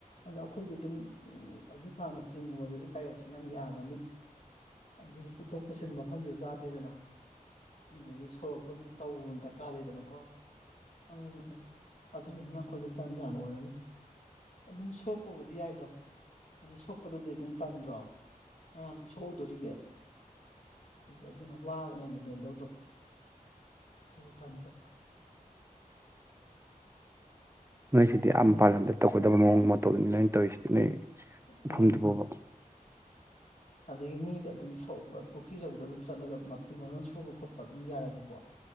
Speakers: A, on the left (about 55°); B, on the right (about 20°).
A: ꯑꯗꯣ ꯑꯩꯈꯣꯏꯗꯤ ꯑꯗꯨꯝ ꯎ ꯑꯗꯨ ꯇꯥꯅ ꯆꯤꯡꯒꯨꯝꯕꯗꯨꯗꯤ ꯄꯥꯏꯌꯦꯞꯁꯨ ꯌꯥꯝ ꯌꯥꯝꯃꯅꯤ꯫ ꯑꯗꯨꯒꯤ ꯄꯨꯊꯣꯛ ꯄꯨꯁꯤꯟ ꯃꯐꯝꯁꯨ ꯆꯥꯗꯦꯗꯅ ꯑꯗꯒꯤ ꯁꯣꯔꯣꯛꯇꯣ ꯑꯃꯨꯛ ꯇꯧꯕ ꯑꯃ ꯗꯔꯀꯥꯔ ꯂꯩꯗꯅꯀꯣ ꯑꯗꯨ ꯑꯗꯨꯅ ꯍꯦꯟꯅꯥꯛ ꯑꯩꯈꯣꯏꯗ ꯖꯥꯟꯖꯥꯅ ꯑꯣꯏꯔꯅꯤ꯫ ꯑꯗꯨꯝ ꯁꯣꯛꯄꯕꯨꯗꯤ ꯌꯥꯏꯗ ꯑꯗꯨ ꯁꯣꯛꯄꯗꯨꯗꯤ ꯑꯗꯨꯝ ꯇꯟꯗ꯭ꯔꯣ ꯀꯌꯥꯝ ꯁꯣꯛꯎꯗꯣꯔꯤꯒꯦ ꯑꯗꯨꯅ ꯋꯥꯕꯅ ꯍ‌ꯦꯟꯅ ꯍꯦꯟꯗꯧꯗꯣ ꯑꯗꯨꯒꯤ ꯇꯟꯕ꯫
B: ꯅꯣꯏꯁꯤꯗꯤ ꯑꯥ
A: ꯃꯤꯗꯤ
B: ꯃꯄꯥꯜ ꯂꯝꯗ ꯇꯧꯒꯗꯕ ꯃꯑꯣꯡ ꯃꯇꯧꯗꯨꯅꯤ ꯅꯣꯏꯅ ꯇꯧꯔꯤꯁꯤꯗꯤ ꯅꯣꯏ ꯃꯐꯝꯗꯨꯕꯨꯕ
A: ꯎꯝ ꯑꯗꯒꯤ ꯃꯤꯗꯤ ꯑꯗꯨꯝ ꯁꯣꯛꯑ ꯄꯨꯈ꯭ꯔꯤꯆꯧꯕꯗ ꯑꯗꯨꯝ ꯆꯠꯂꯒ ꯃꯐꯤ ꯃꯔꯣꯟ ꯁꯨꯕ ꯈꯣꯠꯄ ꯑꯗꯨꯝ ꯌꯥꯏꯑꯦꯕꯀꯣ